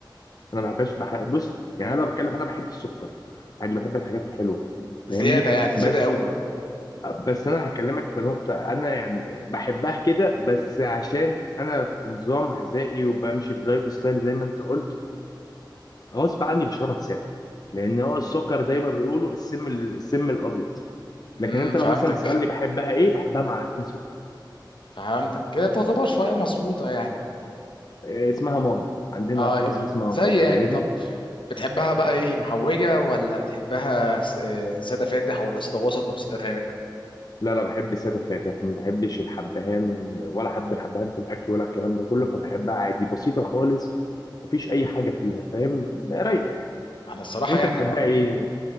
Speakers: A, on the left; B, on the left.
A: انا ما بحبش بح... بص يعني انا لو بتكلم انا بحب السكر عادي بحب الحاجات الحلوه
B: زياده
A: فاهمني
B: يعني
A: بس
B: زياده قوي بقى
A: بس انا هكلمك في نقطة انا يعني بحبها كده بس عشان انا في نظام غذائي وبمشي بلايف ستايل زي ما انت قلت غصب عني بشربها سادة لان هو السكر زي ما بيقولوا السم ال- السم الابيض لكن
B: امم
A: انت
B: فهمتك
A: لو مثلا تسألني بحبها ايه بحبها معلقتين سكر
B: فهمتك كده تعتبر شوية مظبوطة يعني
A: إيه اسمها مانا عندنا
B: ايوه
A: في مصر
B: ايوه
A: اسمها
B: زي
A: مانا فاهمني
B: يعني طب بتحبها بقى ايه محوجة ولا بتحبها س- آه، سادة فاتح ولا سادة وسط ولا سادة غامق
A: لا لا بحب السادة فاتح ما بحبش الحبهان ولا حب الحبهان في الاكل ولا الكلام ده كله فبحبها عادي بسيطة خالص مفيش اي حاجة فيها فاهم رايقة
B: انا الصراحة
A: انت
B: يعني
A: بتحبها
B: انا
A: ايه